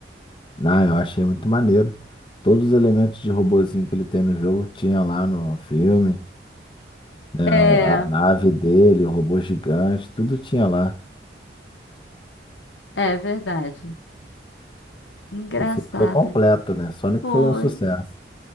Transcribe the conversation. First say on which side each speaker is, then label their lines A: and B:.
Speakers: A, on the left; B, on the left.
A: Não, eu achei muito maneiro. Todos os elementos de robozinho que ele tem no jogo tinha lá no filme. né?
B: É,
A: A, a nave dele, o robô gigante, tudo tinha lá.
B: é verdade. Engraçado.
A: O filme foi completo, né? Sonic
B: Foi,
A: foi um sucesso.